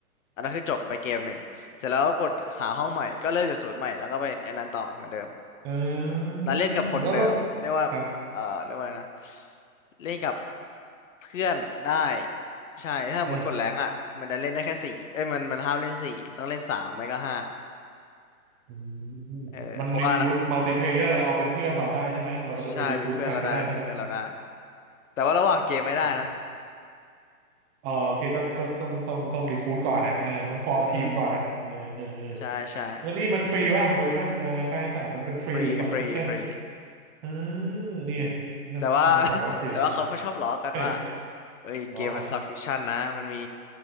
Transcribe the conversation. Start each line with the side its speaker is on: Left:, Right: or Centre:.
Left: อันนั้นคือจบไปเกมหนึ่งเสร็จแล้วก็กดหาห้องใหม่ก็เริ่มจากศูนย์ใหม่แล้วก็ไปอันนั้นต่อเหมือนเดิม
Right: อ่า
Left: แล้วเล่นกับคนเดิมเรียกว่าเอ่อเรียกว่าอะไรนะ
Right: แล้วเราครับ
Left: เล่นกับเพื่อนได้ใช่ถ้าหมดกดแรงอ่ะมันจะเล่นได้แค่สี่เอ้ยมันมันห้ามเล่นสี่ต้องเล่นสามไม่ก็ห้า
Right: อออืมมันรีคูดมัลติเพลเยอร์เอาเป็นเพื่อนเราได้ใช่ไหมเราจะไปรีคูดใครก็ได้ใช่ไหม
Left: เออเพราะว่าใช่เป็นเพื่อนเราได้เป็นเพื่อนเราได้แต่ว่าระหว่างเกมไม่ได้นะ
Right: โอเคอ่าโอเคก็ก็ต้องต้องต้องรีคูดก่อนนะเออต้องฟอร์มทีมก่อนนะเออเออเออ
Left: อืมใช่ใช่
Right: แล้วนี่มันฟรีวะเวอร์ชันเออค่าใช้จ่ายมันเป็นฟรีหรือ
Left: ฟรีฟรีฟรี
Right: subscription เออนี่มันมันบอกว่าฟรี
Left: แต่ว่า <laughs> แต่ว่าเขาเขาชอบล้อกันว่า
Right: เอ้ย
Left: เอ้ยเกมมัน
Right: ร้องอะไร
Left: subscription นะมันมี